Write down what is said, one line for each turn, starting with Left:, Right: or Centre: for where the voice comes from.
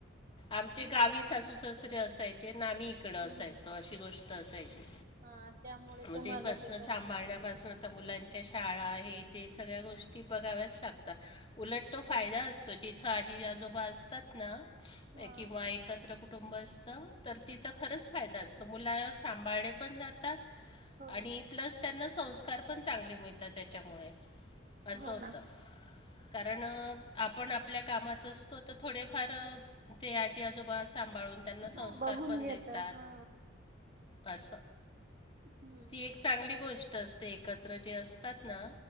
Left: आमचे
Right: हा
Left: गावी
Right: ते
Left: सासूसासरे
Right: हम्म
Left: असायचे आणि आम्ही इकड असायचो
Right: हम्म
Left: असे. ती गोष्ट असायची
Right: हा त्यामुळे
Left: मग
Right: तुम्हाला
Left: ते पासन
Right: करावंच
Left: सांभाळण्यापासून
Right: लागत असेल.
Left: तर मुलांचे शाळा हे ते सगळ्या गोष्टी बघाव्याच लागतात उलट तो
Right: हो
Left: फायदा असतो. आजी आजोबा असतात ना
Right: हा
Left: किंवा एकत्र कुटुंब कुटुंब असतं तर तिथं खरंच फायदा असतो मुला सांभाळणे पण जातात.
Right: हो
Left: आणि प्लस त्यांना संस्कार पण चांगले मिळतात त्याच्यामुळे. असं
Right: हो
Left: होतं
Right: ना
Left: कारण आपण आपल्या कामात असतो तर थोडेफार ते आजी आजोबा सांभाळून त्यांना संस्कार
Right: हो बघून
Left: पण
Right: घेत
Left: देतात.
Right: हा
Left: अस
Right: हम्म.
Left: ती एक चांगली गोष्ट असते एकत्र जे असतात ना